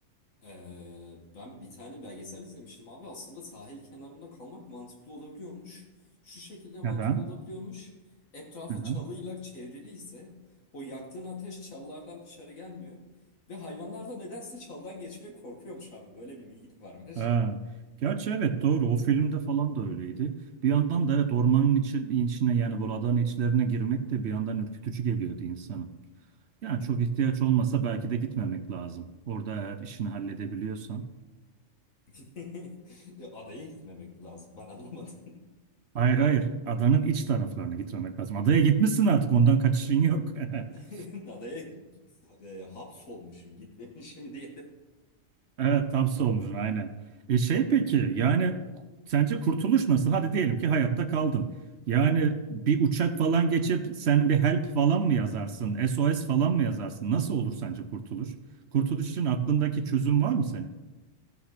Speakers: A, on the left; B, on the right.
A: Ee, ben bir tane belgesel izlemiştim abi. Aslında sahil kenarında kalmak mantıklı olabiliyormuş. Şu şekilde mantıklı
B: Neden?
A: olabiliyormuş. Etrafı
B: Hı hı.
A: çalıyla çevrili ise o yaktığın ateş çalılardan dışarı gelmiyor. Ve hayvanlar da nedense çaldan geçmeye korkuyormuş abi. Böyle bir bilgi de varmış.
B: Ha. Gerçi evet doğru o filmde falan da öyleydi. Bir yandan da evet ormanın içi, içine yani bu adanın içlerine girmek de bir yandan ürkütücü geliyordu insana. Yani
A: Hı
B: çok
A: hı.
B: ihtiyaç olmasa belki de gitmemek lazım. Orada eğer işini halledebiliyorsan.
A: <laughs> E, Adaya gitmemek lazım. Ben anlamadım.
B: Hayır hayır. Adanın iç taraflarına gitmemek lazım. Adaya gitmişsin artık ondan kaçışın yok.
A: <laughs>
B: <laughs>
A: Adaya e, hapsolmuşum, gitmemişim diyelim.
B: Evet hapse olmuşsun aynen. E şey peki yani sence kurtuluş nasıl? Hadi diyelim ki hayatta kaldın. Yani bir uçak falan geçip sen bir help falan mı yazarsın? SOS falan mı yazarsın? Nasıl olur sence kurtuluş? Kurtuluş için aklındaki çözüm var mı senin?